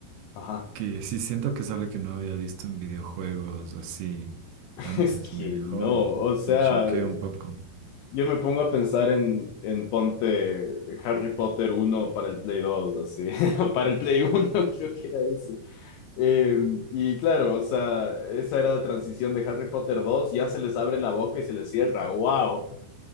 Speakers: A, on the left (about 85°); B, on the right (about 80°).
A: Ajá.
B: que sí siento que es algo que no había visto en videojuegos así
A: <laughs>
B: antes.
A: Es que
B: Me dejó,
A: no, o sea,
B: me choqueó un poco.
A: yo me pongo a pensar en, en ponte Harry Potter uno para el Play 2 así, <laughs> o para el Play uno <laughs> creo que era ese. Eh, y claro, o sea, esa era la transición de Harry Potter dos ya se les abre la boca y se les cierra, wow.